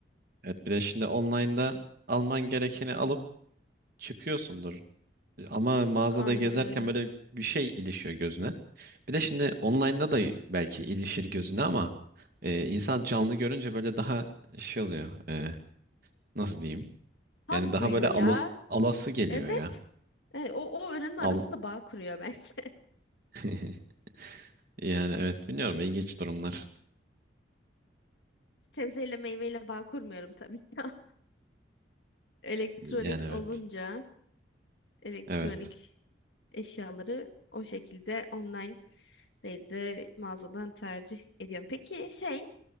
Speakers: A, on the right (about 50°); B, on the left (about 75°).
A: Evet bir de şimdi online'da alman gerekeni alıp çıkıyorsundur. Ama mağazada
B: Aynen
A: gezerken
B: öyle.
A: böyle bir şey ilişiyor gözüne. Bir de şimdi online'da da belki ilişir gözüne ama e, insan canlı görünce böyle daha şey oluyor. e, nasıl diyeyim?
B: Haz
A: Yani daha
B: duyuyor
A: böyle
B: ya.
A: alas, alası geliyor
B: Evet.
A: ya.
B: E, o, o öğrenin arasında
A: Al
B: bağ kuruyor bence.
A: <laughs> yani evet bilmiyorum ilginç durumlar.
B: <laughs> Sebzeyle meyveyle bağ kurmuyorum tabii ki. <laughs> Elektronik
A: Yani evet.
B: olunca elektronik
A: Evet.
B: eşyaları o şekilde online değil de mağazadan tercih ediyorum. Peki şey